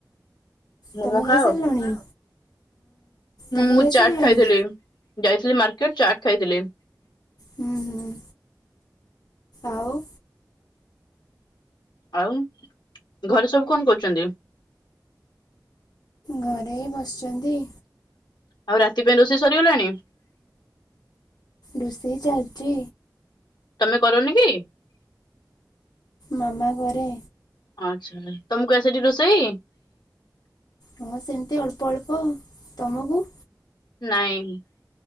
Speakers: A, on the left; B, on the left.
A: ମୋମୋ
B: ତମେ ଖାଇସାରିଲଣି?
A: ଖାଅ? ହୁଁ
B: ତମେ
A: ମୁଁ
B: ଖାଇ
A: ଚାଟ
B: ସାରିଲଣି?
A: ଖାଇଥିଲି। ଯାଇଥିଲି ମାର୍କେଟ ଚାଟ ଖାଇଥିଲି।
B: ହୁଁ ହୁଁ ଆଉ
A: ଆଉ ଘରେ ସବୁ କଣ କରୁଛନ୍ତି?
B: ଘରେ ବସିଛନ୍ତି।
A: ଆଉ ରାତି ପାଇଁ ରୋଷେଇ ସରିଗଲାଣି?
B: ରୋଷେଇ ଚାଲିଛି
A: ତମେ କରନି କି
B: ମାମା ଘରେ
A: ଆଛା। ତମକୁ ଆସେଟି ରୋଷେଇ?
B: ହମ ସେମିତି ଅଳ୍ପ ଅଳ୍ପ ତମକୁ?
A: ନାଇଁ।